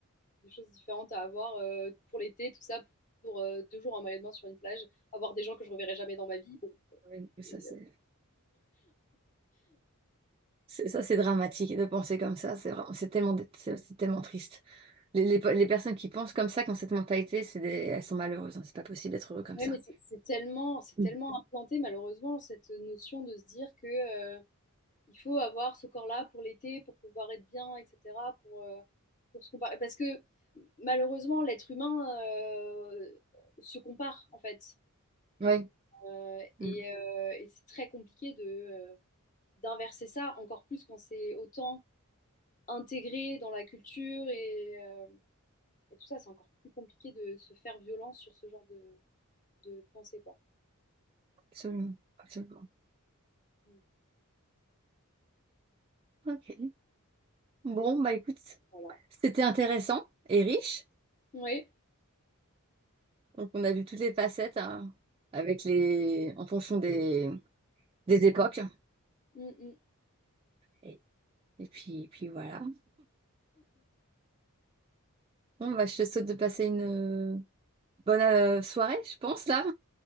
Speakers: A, on the left; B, on the right.
A: de choses différentes à avoir euh, pour l'été, tout ça pour euh, deux jours en maillot de bain sur une plage, avoir des gens que je ne reverrai jamais dans ma vie. Bon,
B: Oui, mais ça,
A: et,
B: c'est
A: euh,
B: c'est- ça, c'est dramatique de penser comme ça. C'est vraiment- c'est tellement, dé- c'est c'est tellement triste. Les, les, pe- les personnes qui pensent comme ça, qui ont cette mentalité, c'est des, elles sont malheureuses. hein. C'est pas possible d'être heureux comme
A: ouais,
B: ça.
A: mais c'est- c'est tellement, c'est
B: Mm.
A: tellement implanté malheureusement cette notion de se dire que euh, il faut avoir ce corps-là pour l'été, pour pouvoir être bien, etc. Pour euh, pour se comparer, parce que malheureusement l'être humain euh, se compare en fait.
B: Oui,
A: Euh,
B: Mm.
A: et, euh, et c'est très compliqué de, euh, d'inverser ça, encore plus quand c'est autant intégré dans la culture et, euh, et tout ça. C'est encore plus compliqué de se faire violence sur ce genre de, de pensée, quoi.
B: absolument, absolument.
A: Mm.
B: Ok. Bon, bah écoute,
A: Voilà.
B: c'était intéressant et riche.
A: Oui.
B: Donc on a vu toutes les facettes hein, avec les en fonction des, des époques.
A: Mm, mm.
B: Et, et puis, puis voilà. Bon, bah je te souhaite de passer une euh, bonne euh, soirée, je pense, là.